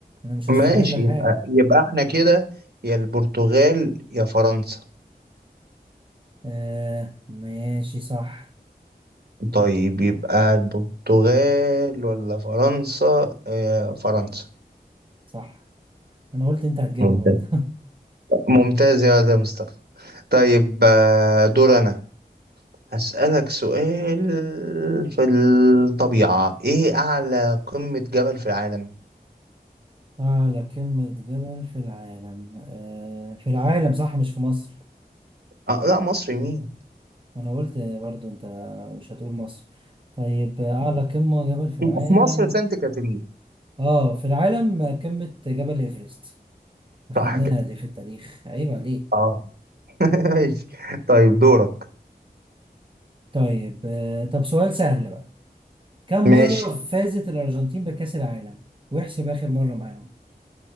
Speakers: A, on the right; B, on the right.
A: انا مش هستبعد
B: ماشي
A: لك
B: يبقى
A: حاجه
B: يبقى احنا كده يا البرتغال يا فرنسا
A: آه ماشي صح
B: طيب يبقى البرتغال ولا فرنسا آه فرنسا
A: صح انا قلت انت هتجيبها
B: ممتاز
A: برضه <laughs>
B: ممتاز يا ده مصطفى طيب آه، دور أنا هسألك سؤال في الطبيعة إيه أعلى قمة جبل في العالم؟
A: اعلى قمه جبل في العالم آه في العالم صح مش في مصر
B: آه لا مصر مين؟
A: انا قلت برضه انت مش هتقول مصر طيب اعلى قمه جبل في العالم
B: في مصر سانت كاترين
A: اه في العالم قمة جبل ايفرست اخدناها
B: صح كده
A: دي في التاريخ عيب عليك
B: اه <laughs> ماشي طيب دورك
A: طيب آه، طب سؤال سهل بقى كم
B: ماشي
A: مرة فازت الأرجنتين بكأس العالم واحسب آخر مرة معاهم